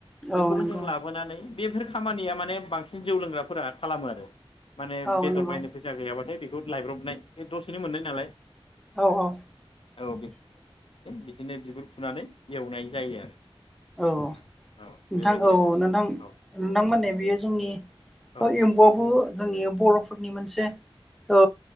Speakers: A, on the left; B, in the centre.
A: बेखौबो
B: औ नंगौ
A: जों लाबोनानै बेफोर खामानिया माने बांसिन जौ लोंग्राफोरा खालामो आरो। माने
B: औ
A: बेदर
B: नंगौ
A: बायनो फैसा गैयाबाथाय बे दद लायब्रबनाय बे दसेनो मोननाय नालाय।
B: औ औ
A: औ। बिदिनो बिगुर फुनानै एवनाय जायो आरो।
B: औ
A: नोंथां औ
B: नोंथां
A: बेबायदि
B: औ
A: आरो
B: नोंथां
A: औ
B: नोंथां मोननि
A: औ
B: बेयो जोंनि
A: औ
B: एम्बुआबो जोंनि बर'फोरनि मोनसे ओ